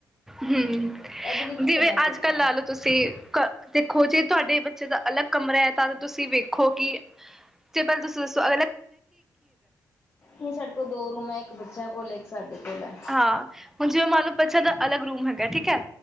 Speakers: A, in the centre; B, on the left (about 30°).
A: ਹਮ
B: ਇਹਦੇ ਲਈ ਕੀ
A: ਜਿਵੇਂ
B: ਕਰਨਾ ਚਾਹੀਦਾ
A: ਅੱਜ ਕੱਲ੍ਹ ਲਾਲੋ
B: ਹੈ
A: ਤੁਸੀਂ ਦੇਖੋ ਜੇ ਤੁਹਾਡੇ ਬੱਚੇ ਦਾ ਅਲੱਗ ਕਮਰਾ ਹੈ ਤਾਂ ਤੁਸੀਂ ਵੇਖੋ ਕਿ ਤੇ ਪਹਿਲ ਤੁਸੀਂ ਦੱਸੋ ਅਗ
B: ਨਹੀਂ ਸਾਡੇ ਕੋਲ ਦੋ ਰੂਮ ਹੈ ਇੱਕ ਬੱਚ ਬੱਚੇ ਕੋਲ ਏ ਇੱਕ ਸਾਡੇ ਕੋਲ ਹੈ
A: ਹਾਂ ਹੁਣ ਜਿਵੇਂ ਮੰਨ ਲਓ ਬੱਚਾ ਦਾ ਅਲਗ ਰੂਮ ਹੈਗਾ ਠੀਕ ਹੈ।